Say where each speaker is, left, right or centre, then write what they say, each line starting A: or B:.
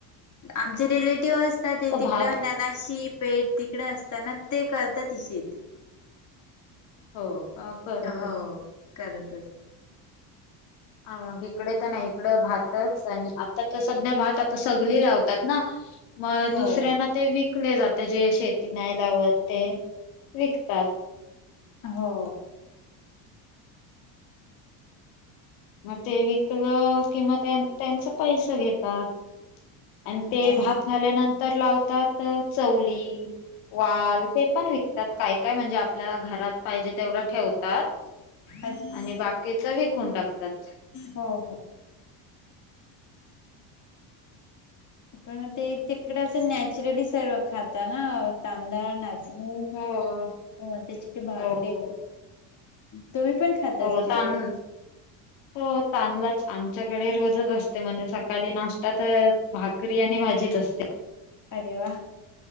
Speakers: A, on the left; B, on the left.
A: आमचे रिलेटिव्ह असतात ते तिकडं
B: भात
A: ननाशी पेट तिकडे असताना ते करता ती शेत.
B: हो का करत
A: हो
B: असतील
A: करतचते
B: आव इकडे तर नाही इकडं भातच आता तर सध्या भात आता सगली लावतात ना मग
A: हो
B: दुसऱ्यांना ते विकले जाते जे शेती नाही लावत ते विकतात
A: हो
B: मग ते विकलं की मग त्यांच त्याचं किंवा त्यांचं पैस घेतात आणि
A: ना
B: ते भात झाल्यानंतर लावतात चवली वाल ते पण विकतात काय काय म्हणजे आपल्या घरात पाहिजे तेवढं ठेवतात
A: अच्छा
B: आणि बाकीच विकून टाकतात
A: हो हो पण मग ते तिकडे असं नॅचरली सर्व खाता ना तांदळ व नाच हम्म
B: हो
A: हम्म अण त्याची ती भाकरी
B: हो
A: तुम्ही पण खात
B: हो
A: असतील?
B: तांनू हो तांदलाचे आमच्याकडे रोजच असते म्हणजे सकाळी नाश्ता तर भाकरी आणि भाजीत असते
A: अरे वा